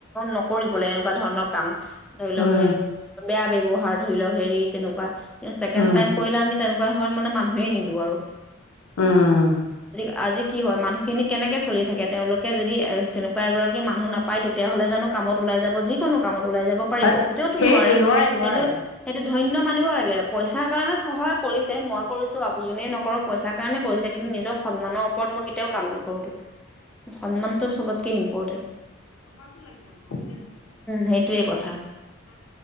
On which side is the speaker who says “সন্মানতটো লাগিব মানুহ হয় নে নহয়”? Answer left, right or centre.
Left